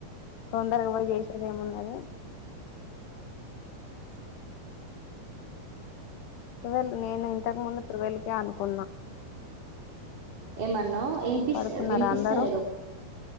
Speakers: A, on the left; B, on the right.
A: తొందరగా పొయ్యి చేసేది ఏమున్నది టువెల్ నేను ఇంతకు ముందు టువెల్ కే అనుకున్నా
B: ఏమన్నావ్ ఇన్పిస్త
A: పడుకున్నారా
B: విన్పిస్త
A: అందరూ
B: లేదు